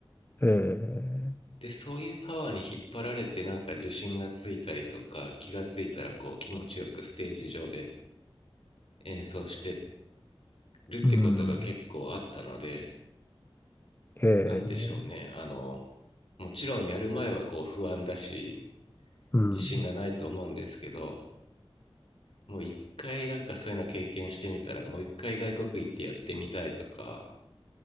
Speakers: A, on the left; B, on the left.
A: ええ
B: で、そういうパワーに引っ張られてなんか自信がついたりとか、気がついたらこう気持ちよくステージ上で演奏してるってことが結構あったので、
A: うん。ええ
B: なんでしょうね。あの、もちろんやる前はこう不安だし、
A: うん。
B: 自信がないと思うんですけど、もう一回なんかそういうの経験してみたら、もう一回外国行ってやってみたいとか、